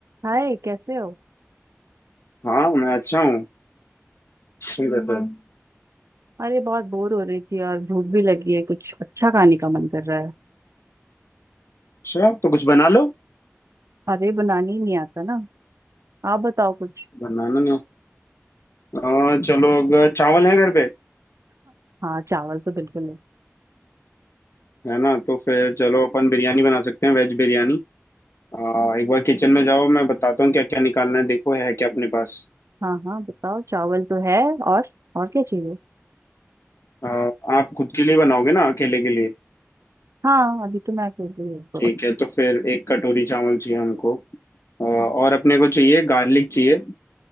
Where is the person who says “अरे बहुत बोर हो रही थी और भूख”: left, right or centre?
Right